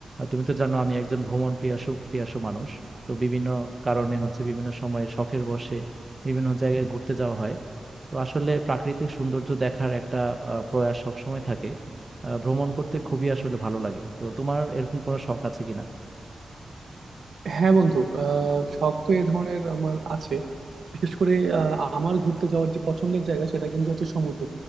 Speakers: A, on the right; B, on the right.
A: তুমি তো জানো আমি একজন ভ্রমণ প্রিয়াসু প্রিয়াসু মানুষ তো বিভিন্ন কারণে হচ্ছে বিভিন্ন সময়ে শখের বশে বিভিন্ন জায়গায় ঘুরতে যাওয়া হয় তো আসলে প্রাকৃতিক সৌন্দর্য দেখার একটা আহ, প্রয়াস সবসময় থাকে আহ, ভ্রমণ করতে খুবই আসলে ভালো লাগে তো তোমার এরকম কোনো শখ আছে কিনা
B: হ্যাঁ বন্ধু আহ, শখ তো এই ধরনের আমার আছে বিশেষ করে আহ, আমার ঘুরতে যাওয়ার যে পছন্দের জায়গা সেটা কিন্তু হচ্ছে সমুদ্র